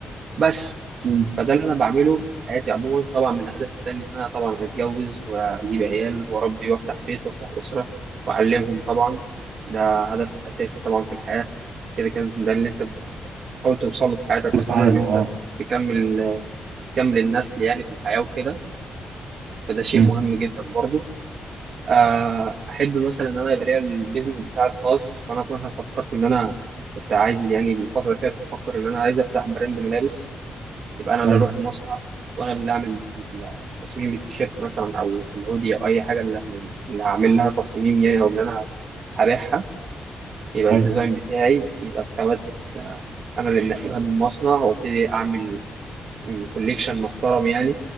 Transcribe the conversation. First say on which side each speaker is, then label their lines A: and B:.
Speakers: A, on the right (about 60°); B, on the right (about 80°).
A: بس
B: مم.
A: فده اللي انا بعمله في حياتي عموما طبعا من اهدافي التانية ان انا طبعا اتجوز واجيب عيال واربي وافتح بيت وافتح اسرة واعلمهم طبعا ده هدف اساسي طبعا في الحياة كده كان ده اللي انت تحاول توصل له في حياتك
B: تسعى
A: اصلا ان
B: له
A: انت تكمل تكمل النسل يعني في الحياه وكده فده شيء
B: أه
A: مهم جدا برضو آه، احب مثلا ان انا يبقى ليا البيزنس بتاعي الخاص فانا مثلا فكرت ان انا كنت عايز يعني من فتره كده كنت بفكر ان انا عايز افتح براند ملابس يبقى انا
B: ايوه
A: اللي اروح المصنع وانا اللي اعمل تصميم التيشيرت مثلا او الهودي او اي حاجه اللي هن- اللي هعمل لها تصميم يعني او اللي انا هبيعها يبقى
B: ايوه
A: الديزاين بتاعي يبقى الخامات آه، انا اللي منقلها من المصنع وابتدي اعمل كوليكشن محترم يعني